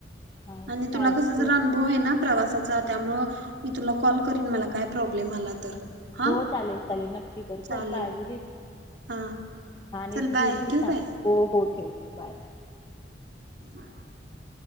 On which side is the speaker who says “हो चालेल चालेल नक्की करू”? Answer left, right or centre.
Left